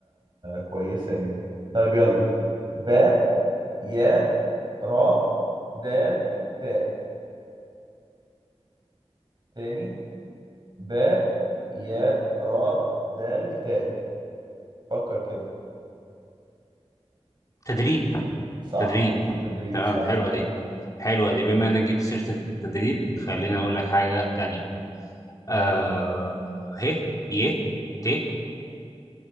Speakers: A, on the right; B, on the left.
A: كويسة يعني طيب يلا باء يا را دال تاء تاني باء يا را دال تاء فكر كده
B: تدريب
A: صح
B: تدريب
A: تدريب
B: تمام
A: صح
B: حلوة دي حلوة دي بما إنك جبت سيرة التدريب خلينا أقول لك حاجة تانية
A: يلا
B: آه ه ي ت